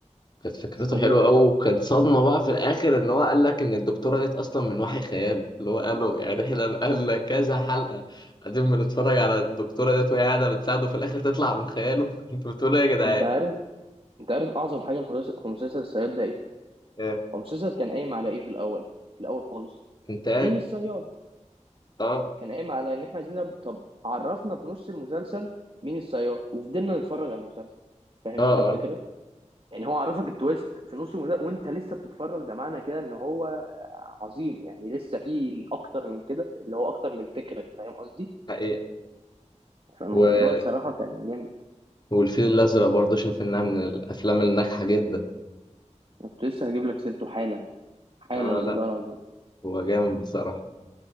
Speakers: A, on the left (about 35°); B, on the right (about 45°).
A: كانت فكرته
B: مش طبيعي
A: حلوة أوي وكان صدمة بقى في الآخر إن هو قال لك إن الدكتورة ديت أصلا من وحي خيال اللي هو قاله يعني إحنا قالنا كذا حلقة قاعدين بنتفرج على الدكتورة ديت وهي قاعدة بتساعده في الآخر تطلع من خياله <laughs> أنتوا بتقولوا إيه يا جدعان
B: انت عارف انت عارف اعظم حاجه في مسلسل في مسلسل الصياد ده ايه
A: آه.
B: هو مسلسل كان قايم على ايه في الاول في الاول خالص
A: انت عارف
B: مين الصياد
A: اه
B: كان قايم على ان احنا عايزين نعرف- طب عرفنا في نص المسلسل مين الصياد وفضلنا نتفرج على المسلسل فاهم
A: اه
B: انت الفكره
A: اه
B: يعني هو عرفك التويست في نص المسلسل وانت لسه بتتفرج ده معنى كده ان هو آه، عظيم يعني لسه فيه اكتر من كده اللي هو اكتر من الفكره فاهم قصدي
A: حقيقة
B: فالموضوع
A: و...
B: الصراحه كان جامد
A: والفيل الأزرق برضه شايف إنها من الأفلام الناجحة جدا
B: انا كنت لسه هجيب لك سيرته حالا حالا
A: اه
B: والله
A: لا
B: العظيم
A: هو جامد بصراحة